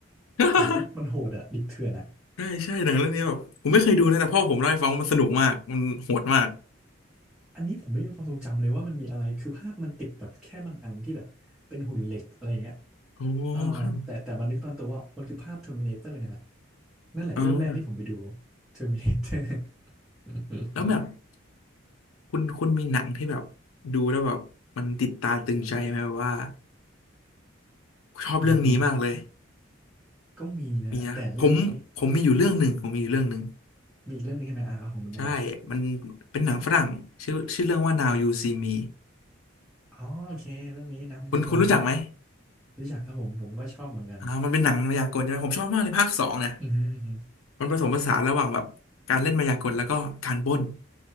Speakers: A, on the left; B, in the centre.
A: <laughs>
B: โหมันมันโหดอะดิบเถื่อนอะ
A: ใช่ใช่หนังเรื่องนี้แบบผมไม่เคยดูนะแต่พ่อผมเล่าให้ฟังว่ามันสนุกมากมันโหดมาก
B: อันนี้ผมไม่มีความทรงจำเลยว่ามันมีอะไร คือภาพมันติดแบบแค่บางอันที่แบบเป็นหุ่นเหล็กอะไรอย่างเงี้ย
A: โอ้
B: อ่าแต่แต่มันนึกตอนตัวว่ามันคือภาพ
A: ครับ
B: Terminator เนี่ยแหละนั่นแหละเรื่องแรกที่ผมไปดู
A: อ่า
B: Terminator <laughs>
A: แล้วแบบ คุณคุณมีหนังที่แบบดูแล้วแบบมันติดตาตึงใจไหมแบบว่าชอบเรื่องนี้มากเลย
B: อ่าฮะก็มีนะแต่เรื่องนี้
A: มีนะผมผมมีอยู่เรื่องหนึ่งผมมีอยู่เรื่องหนึ่ง
B: มีอีกเรื่องนี้ใช่ไหมอ่ะเอาของคุณมาก่อน
A: ใช่ มันเป็นหนังฝรั่งชื่อชื่อเรื่องว่า Now You See Me
B: อ๋อโอเคเรื่องนี้นักพยากลใช่ไหม
A: คุณคุณรู้จักไหม
B: รู้จักครับผมผมก็ชอบเหมือนกัน
A: อ่ามันเป็นหนังมายากลใช่ไหมผมชอบมากเลยภาคสองเนี่ย
B: อือฮึอือฮึ
A: มันผสมผสานระหว่างแบบการเล่นมายากลแล้วก็การปล้น